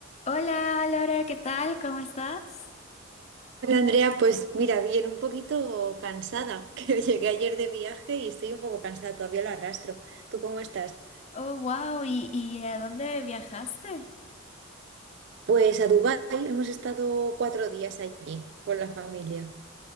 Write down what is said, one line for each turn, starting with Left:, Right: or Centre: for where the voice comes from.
Left: Hola, Lore, ¿qué tal? ¿Cómo estás?
Right: Hola Andrea, pues mira, bien, un poquito cansada, <laughs> que llegué ayer de viaje y estoy un poco cansada, todavía lo arrastro. ¿Tú cómo estás?
Left: Oh, wow, ¿y, y a dónde viajaste?
Right: Pues a Dubái hemos estado cuatro días allí con la familia.